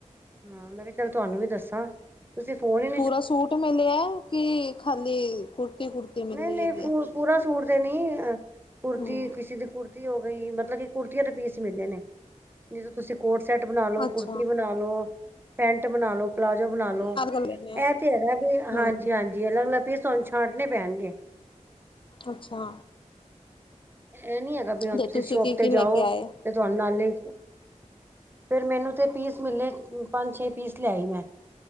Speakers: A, on the right; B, on the left.
A: ਹਾਂ, ਮੈਂ ਕਿਆ ਚੱਲ ਤੁਆਨੂੰ ਵੀ ਦੱਸਾਂ। ਤੁਸੀ ਫੋਨ ਈ
B: ਪੂਰਾ ਸੂਟ ਮਿਲਿਐ ਕਿ ਖਾਲੀ ਕੁੜਤੀ-ਕੁੜਤੀ ਮਿਲੀ
A: ਨਹੀਂ ਨਹੀਂ
B: ਹੈਗੀ
A: ਫੂ
B: ਐ।
A: ਪੂਰਾ ਸੂਟ ਤੇ ਨੀ ਅ ਕੁਰਤੀ
B: ਹਮ
A: ਕਿਸੀ ਦੀ ਕੁਰਤੀ ਹੋ ਗਈ ਮਤਲਬ ਕਿ ਕੁਰਤੀਆਂ ਦੇ ਪੀਸ ਈ ਮਿਲੇ ਨੇ। ਜਿਸ ਤੋਂ ਤੁਸੀਂ ਕੋਟ ਸੈਟ ਬਨਾ ਲੋ,
B: ਅੱਛਾ
A: ਕੁੁਰਤੀ ਬਨਾ ਲੋ, ਪੈਂਟ ਬਨਾ ਲੋ ਪਲਾਜੋ ਬਨਾ ਲੋ।
B: ਅਧ ਕਰ ਲੈਣੇ ਆ
A: ਐ ਤੇ ਹੈਗਾ ਵੇ,
B: ਹਮ
A: ਹਾਂਜੀ-ਹਾਂਜੀ। ਅਲੱਗ-ਅਲੱਗ ਪੀਸ ਤੁਆਨੂੰ ਛਾਂਟਣੇ ਪੈਨਗੇ।
B: ਅੱਛਾ।
A: ਐ ਨੀ ਹੈਗਾ ਵੀ ਹਾਂ
B: ਤੇ
A: ਤੁਸੀ
B: ਤੁਸੀਂ
A: ਸ਼ੋਪ
B: ਕੀ ਕੀ
A: 'ਤੇ ਜਾਓ
B: ਲੈ ਕੇ ਆਏ
A: ਤੇ ਤੁਆਨੇ ਨਾਲੇ, ਫੇਰ ਮੈਨੂੰ ਤੇ ਪੀਸ ਮਿਲੇ ਪੰਜ-ਛੇ ਪੀਸ ਲੈ ਆਈ ਮੈਂ।